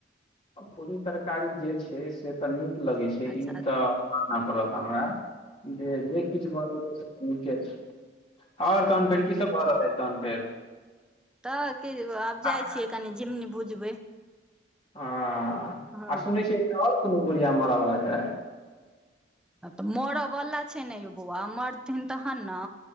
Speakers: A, on the left; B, in the centre.
A: पूरी तरकारी जे छै, से तनी लगै छै,
B: अच्छा
A: ई तऽ मान पड़त हमरा। जे, जे किछु भ जेतै से निके छै। आर तहन फेर, की सब भऽ रहल है तहन फेर?
B: तऽ की, आब जाय
A: आइ
B: छियै कनि, झिमनी भुजबै।
A: हँ
B: हँ
A: आ सुनै छियै, एकटा आओर कोनो बुढिया मरयवला छै?
B: तऽ मरऽवला छै ने यौ बौआ, मरथिन तहन ने।